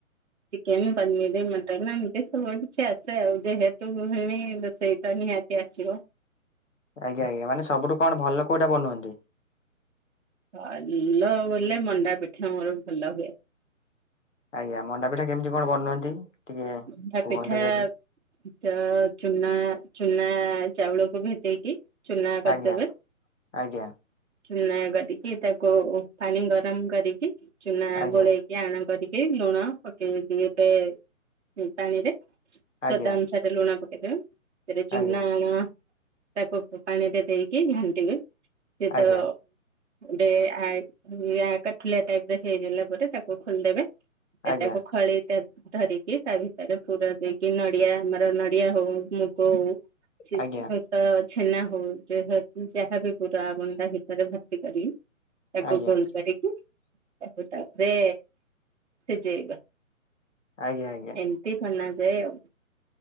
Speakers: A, on the right; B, on the left.
A: ଚିକେନ୍, ପନିରୀ, ମଟନ ଏମିତି ସବୁ କିଛି ଆସେ ଆଉ। ଯେହେତୁ ଗୃହିଣୀ ରୋଷଇ ତ ନିହାତି ଆସିବ।
B: ଆଜ୍ଞା ଆଜ୍ଞା ମାନେ ସବୁଠୁ କଣ ଭଲ କୋଉଟା ବନୁଅନ୍ତି?
A: ଭଲ ବୋଲେ ମଣ୍ଡା ପିଠା ମୋର ଭଲ ହୁଏ।
B: ଆଜ୍ଞା। ମଣ୍ଡାପିଠା କେମିତି କଣ ବନୁଅନ୍ତି? ଟିକେ
A: ମଣ୍ଡାପିଠା
B: କୁହନ୍ତୁ ଯଦି?
A: ତ ଚୁନା ଚୁନା ଚାଉଳ କୁ ଭେଦେଇ କି ଚୁନା କରିଦେବେ।
B: ଆଜ୍ଞା ଆଜ୍ଞା
A: ଚୁନା କରିକି ତାକୁ ପାଣି ଗରମ କରିକି ଚୁନା
B: ଆଜ୍ଞା
A: ଗୋଳେଇକି ଟିକେ ଆଣ କରିକି ଲୁଣ ପକେଇକି ଗୋଟେ ସେ ପାଣିରେ ସ୍ଵାଦ
B: ଆଜ୍ଞା
A: ଅନୁସାରେ ଲୁଣ ପକେଇ ଦେବେ। ସେରେ ଚୁନା
B: ଆଜ୍ଞା
A: ଆଣ ତାକୁ ପାଣି ରେ ଦେଇକି ଘାଣ୍ଟିବେ। ସେଏ
B: ଆଜ୍ଞା
A: ତ ଡେ ଆଇ କଠୁଆ ଟାଇପ ହେଇଗଲେ ପରେ ତାକୁ ଖୋଲିଦେବେ। ସେଟାକୁ
B: ଆଜ୍ଞା ଆଜ୍ଞା
A: ଖଳି ଟା ଧରିକି କି ତା ଭିତରେ ପୁର ଦେଇକି ନଡିଆ ଆମର ନଡିଆ ହଉ, ମୁଗ ହଉ
B: ଆଜ୍ଞା
A: ତ ଛେନା ହଉ ଯାହ ଯାହାବି ପୁର ମଣ୍ଡା ଭିତରେ ଭର୍ତ୍ତି କରି ତାକୁ
B: ଆଜ୍ଞା
A: ଗୋଲ କରିକି ତାକୁ ତାପରେ ସିଜେଇବେ।
B: ଆଜ୍ଞା ଆଜ୍ଞା।
A: ଏମିତି ବନା ଯାଏ ଆଉ।